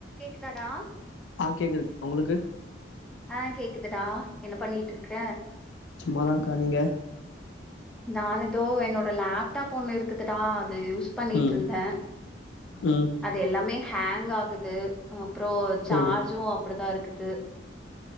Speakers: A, in the centre; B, on the left.
A: கேக்குதாடா
B: ஆ கேக்குது உங்களுக்கு
A: ஆ கேக்குதுடா என்ன பண்ணிட்டு இருக்ற
B: சும்மா தாங்க்கா நீங்க
A: நான் எதோ என்னோட லேப்டாப் ஒண்ணு இருக்குதுட்டா அது யூஸ் ஸ் பண்ணிட்ருந்தே
B: ம் ம்
A: அது எல்லாமே ஹேங் ஆகுது அ அப்றோ சார்ஜு
B: ஓ
A: அப்படித்தா ருக்குத்து